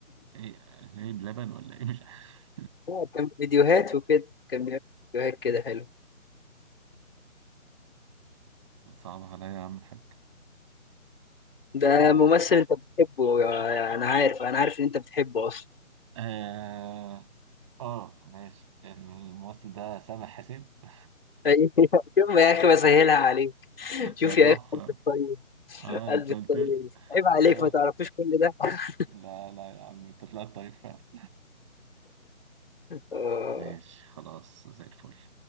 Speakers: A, on the right; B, on the left.
A: ايه ايه بلبن ولا ايه مش عارف
B: لا، كان فيديوهات وكده كان بيعمل فيديوهات كده حلو
A: صعب عليا يا عم الحاج
B: ده
A: آه
B: ممثل انت بتحبه يا- انا عارف انا عارف ان انت بتحبه اصلا
A: آه آه ماشي الممثل ده سامح حسين <laughs>
B: أيوة. شوف يا اخي بسهلها عليك شوف
A: ده تحفة
B: يا اخي قلبي الطيب
A: اه انت
B: قلبي
A: قلت
B: الطيب
A: لي.
B: عيب عليك
A: اه
B: ما تعرفيش كل ده <laughs>
A: لا لا يا عم انت طلعت طيب فعلا
B: آه.
A: ماشي خلاص زي الفل